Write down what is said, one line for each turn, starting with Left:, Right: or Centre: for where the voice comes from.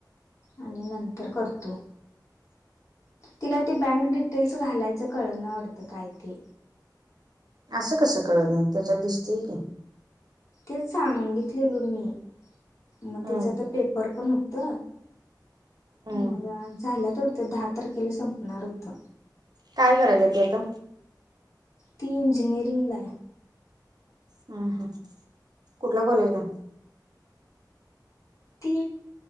Left: आणि नंतर करतो.. तिला ते बँक डिटेल्स घालायचं कळण आटतं काय ते..
Right: असं कसं कळ नाही त्याच्या दृष्टी की..
Left: ते सांगितलेल मी मग तिचं
Right: हम्म
Left: पे.. र पण होत
Right: हम्म
Left: मग झाल्या तर.. ते दहा तारखेला संपणार होत..
Right: काय करायला ते आता..
Left: ती इंजिनियरिंग ला..
Right: हम् हम कुठल्या कॉलेजला..
Left: ती